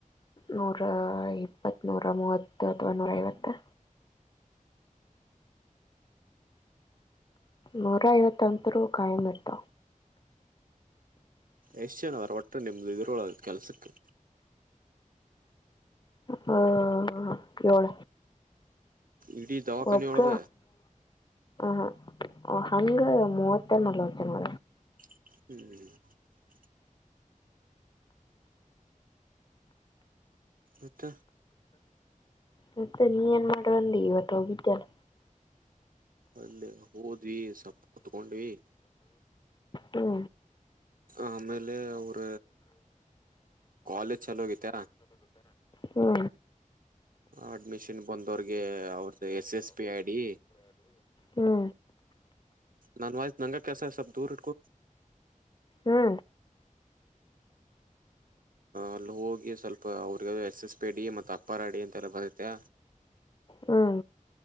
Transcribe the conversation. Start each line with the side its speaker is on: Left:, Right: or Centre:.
Left: ನೂರ ಇಪ್ಪತ್ ನೂರ ಮೂವತ್ತು ಅಥವಾ ನೂರ ೈವತ್ತು ಮರ ಯ ತಂತ್ರತ್ರ ಕಾಯಮತ
Right: ಯಶ್ಯನ್ ಅವರ ಒಟ್ಟ ನಿಮ್ಮ್ದ ಎದುರೊಳ ಕೆಲಸಕ್ಕೆ
Left: ಹಾ ಕೋಳ
Right: ಇಡೀ ದವಾಖಾನೆ
Left: ಒಕ್ಕ
Right: ಒಳಗ
Left: ಹ ಹಗೆ ಮೂವತ್ತೆರ ಮಲಚನ್ ಮ
Right: ಹ್ಮ್ ಹತ್ತ
Left: ಮತ್ತೆ ನೀ ಏನ್ ಮಾಡುವಲ್ಲಿ ಇವತ್ತು ಹೋಗಿದ್ಯಲ್ಲ
Right: ಅಲ್ಲಿ ಹೋದ್ವಿ ಸವಪ್ಪ ಕುೂತ್ಕೊಂಡ್ವಿ
Left: ಹ್ಞೂ
Right: ಆಮೇಲೆ ಅವ್ರ ಕಾಲೇಜ್ ಚಲೋೋಗೈತ
Left: ಹ್ಞೂ
Right: ಅಡ್ಮಿಷನ್ ಬಂದವ್ರಿಗೆ ಅವ್ರದ್ದು S S P I D
Left: ಹ್ಞೂ
Right: ನಾನ್ ವಾಯ್ತು ನಂಗ ಕೆಸ ಸ್ವಲ್ ದೂರ್ ಇಟ್ಕೋ
Left: ಹ್ಞೂ
Right: ಅಲ್ಲಿ ಹೋಗಿ ಸ್ವಲ್ಪ ಅವ್ರಗ ಎಸ್ ಎಸ್ ಪಿ ಡಿ ಮತ್ತು ಅಪ್ಪಾರ ಡಿ ಅಂತೆಲ್ಲ ಬರತ್ತೆ
Left: ಹ್ಮ